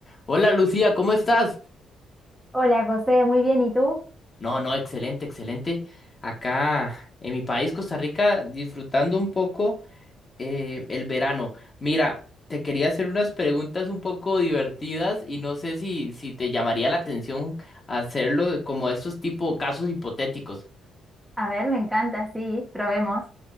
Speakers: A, on the left; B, in the centre.
A: Hola Lucía, ¿cómo estás?
B: Hola José, muy bien, ¿y tú?
A: No, no, excelente, excelente. Acá en mi país, Costa Rica, disfrutando un poco eh, el verano. Mira, te quería hacer unas preguntas un poco divertidas y no sé si, si te llamaría la atención hacerlo de- como estos tipo casos hipotéticos.
B: A ver, me encanta, sí, probemos.